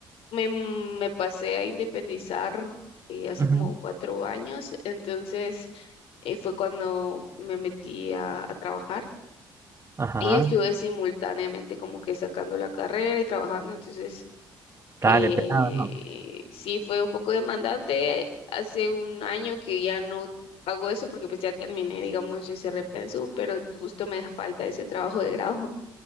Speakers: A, on the left; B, on the right.
A: me, me pasé a independizar eh, hace
B: Ujú.
A: como cuatro años, entonces eh, fue cuando me metí a, a trabajar
B: Ajá,
A: y estuve simultáneamente como que sacando la carrera y trabajando, entonces eh,
B: dale, pegado, no.
A: sí fue un poco demandante. Hace un año que ya no hago eso porque pues ya terminé, digamos, yo cerré pensum, pero justo me falta ese trabajo de grado